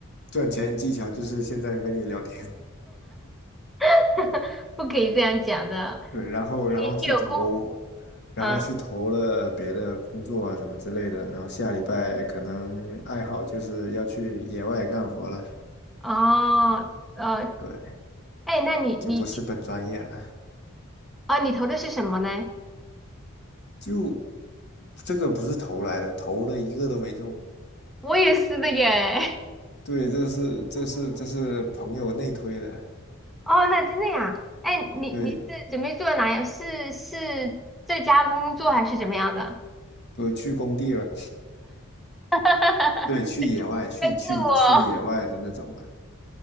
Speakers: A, on the left (about 55°); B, in the centre.
A: 赚钱技巧就是现在和你聊天。
B: <laughs> 不可以这样讲的，
A: 对，然后然后去投，
B: 你有功。
A: 然后去投了别的工作啊什么之类的，
B: 嗯，
A: 然后下礼拜可能爱好就是要去野外干活了，
B: 哦，呃，
A: 对，
B: 哎，那你你
A: 就不是本专业了，
B: 啊，你投的是什么呢？
A: 就这个不是投来的，投了一个都没中，
B: 我也是的耶。<laughs>
A: 对，这是这是这是朋友内推的，
B: 哦，那真的呀？哎，你你是准备做哪样？
A: 对，
B: 是是在家工作还是怎么样的？
A: 不去工地了，
B: <laughs>
A: 对，去野外去去去野外的那种了，
B: 在逗我